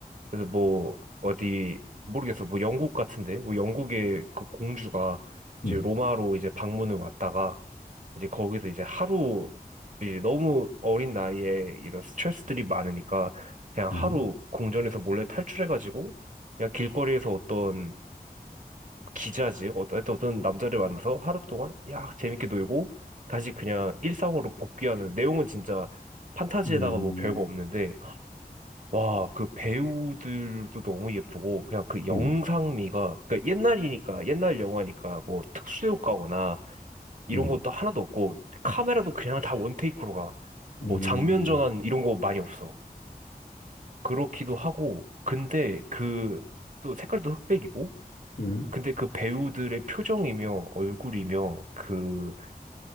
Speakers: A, on the right; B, on the left.
A: 근데 뭐 어디 모르겠어. 뭐 영국 같은데. 뭐 영국의 그 공주가
B: 음,
A: 이제 로마로 이제 방문을 왔다가 이제 거기서 이제 하루 이제 너무 어린 나이에 이런 스트레스들이 많으니까 그냥
B: 음,
A: 하루 궁전에서 몰래 탈출해가지고 그냥 길거리에서 어떤 기자지 어떤 하여튼 어떤 남자를 만나서 하루 동안 야 재밌게 놀고 다시 그냥 일상으로 복귀하는 내용은 진짜 판타지에다가
B: 음,
A: 뭐 별거 없는데 와 그 배우들도 너무 예쁘고 그냥 그 영상미가
B: 음,
A: 그러니까 옛날이니까 옛날 영화니까 뭐 특수 효과거나 이런
B: 음, 음,
A: 것도 하나도 없고 카메라도 그냥 다 원테이크로 가.
B: 음,
A: 뭐 장면 전환 이런 거 많이 없어. 그렇기도 하고 근데 그 또 색깔도 흑백이고
B: 음,
A: 근데 그 배우들의 표정이며 얼굴이며 그